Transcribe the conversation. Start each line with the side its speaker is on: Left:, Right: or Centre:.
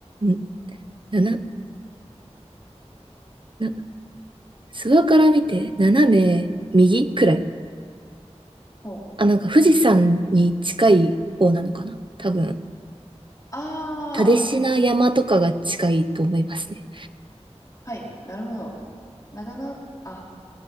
Right: ん、なな、な、諏訪から見て斜め右くらい。
Left: ほう。
Right: あ、なんか富士山に近い方なのかな多分、
Left: ああ、
Right: 蓼科山とかが近いと思いますね。
Left: はい、なるほど。長野、あ、